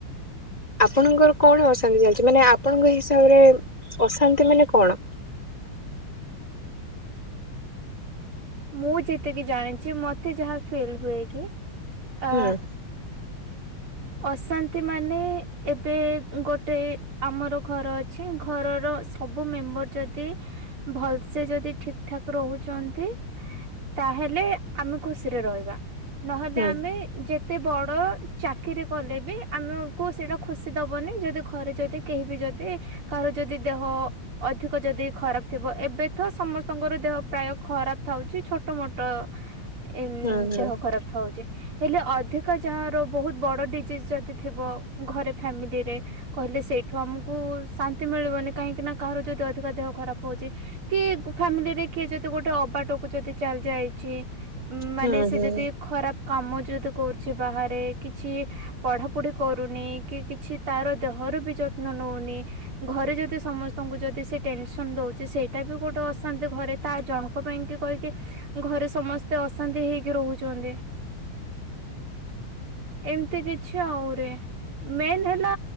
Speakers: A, on the left (about 20°); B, on the right (about 80°).
A: ଆପଣଙ୍କର କଣ ଅଶାନ୍ତି ଚାଲିଛି ମାନେ ଆପଣଙ୍କ ହିସାବରେ ଅଶାନ୍ତି ମାନେ କଣ?
B: ମୁଁ ଯେତିକି ଜାଣିଛି ମତେ ଯାହା ଫେଲ ହୁଏ କି ଅ
A: ହୁଁ।
B: ଅଶାନ୍ତି ମାନେ ଏବେ ଗୋଟେ ଆମର ଘର ଅଛି ଘରର ସବୁ ମେମ୍ବର ଯଦି ଭଲସେ ଯଦି ଠିକ ଠାକ ରହୁଛନ୍ତି ତାହେଲେ ଆମେ ଖୁସିରେ ରହିବା। ନହେଲେ
A: ହୁଁ
B: ଆମେ ଯେ ଏେ ବଡ ଚାକିରି କଲେ ବି ଆମକୁ ସେଇଟା ଖୁସି ଦବନି ଯଦି ଘରେ ଯଦି କେହିିବି ଯଦି କାହାର ଯଦି ଦେହ ଅଧିକ ଯଦି ଖରାପ ଥିବ ଏବେ ତ ସମସ୍ତଙ୍କର ଦେହ ପ୍ରାୟ ଖରାପ ହଉଛି ଛୋଟ ମୋଟ ଏ
A: ହୁଁ
B: ଦେହ ଖରାପ ହଉଛି ହେଲେ ଅଧିକ ଯାହା ରୋଗ ବହୁତ ବଡ ଯଦି ଥିବ ଘରେ ଫାମିଲିରେ କହିଲେ ସେଇଠୁ ଆମକୁ ଶ ମିଳିବନି କାହିଁକି ନା କାହାରାରୁ ଯଦି ଅଧିକ ଦେହ ଖରାପ ହଉଛି କିଏ ଫ୍ୟାମିଲିରେ କିଏ ଯଦି ଗୋଟେ ଅବାଟକୁୁ ଯଦି ଚାଲି ଯାଇଛି ଉ ମାନେ
A: ହୁଁ
B: ସେ
A: ହୁଁ ହୁଁ ହୁଁ ହୁଁ
B: ଯଦି ଖରାପ କାମ ଯଦ କରୁଛି ବାହାରେ କିଛି ପଢା ପଢି କରୁନି କି, କିଛି ତାର ଦେହର ବି ଯତ୍ନ ନଉନି। ଘରେ ଯଦି ସମସ୍ତଙ୍କୁ ଯଦି ବି ସେ ଟେନସନ୍ ଦଉଚି ସେଇଟା ବି ଗୋଟେ ଅଶାନ୍ତି ଘରେ ତା ଜଣଙ୍କ ପାଇଁ କି କହିକି ଘରେ ସମସ୍ତେ ଅଶାନ୍ତି ହେଇକି ରହୁଛନ୍ତି। ଏମିତି କି ଛାଉରେ ମେନ ହେଲା